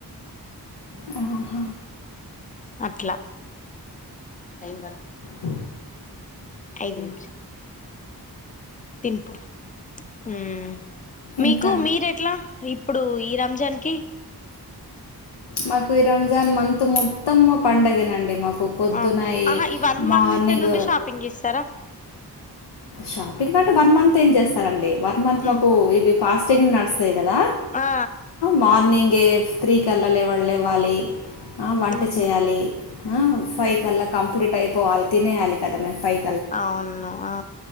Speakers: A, on the left; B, on the left.
A: ఆహ
B: అట్ల టైమ్ ప
A: అ
B: ఐదు నిమిషం తింపు మ్మ్ మీకు
A: ఇంకా
B: మీరు ఎట్లా ఇప్పుడు ఈ రంజాన్ కి
A: మాకు ఈ రంజాన్ మంత్ మొత్తం పండగేనండి మాకు పొద్దున్నాయి
B: ఆ ఆహా ఈ వన్
A: మార్నింగ్
B: మంత్ నుండి షాపింగ్ చేస్తారా
A: షాపింగ్ కంట్ వన్ మంత్ ఏం చేస్తారండి వర్మంత్
B: మ్మ్
A: మాకు ఇవి పాస్ చె నర్స్త కదా
B: ఆ
A: మార్నింగ్ స్త్ర్రీ కి వెళ్ళలే వాళవ్వాలి వంట
B: మ్మ్
A: చేయాలి ఫై కల్లా కంప్లీట్ అయిపోవాలి తినేయాలి కదా మేము ఫైవ్
B: అవును ఆ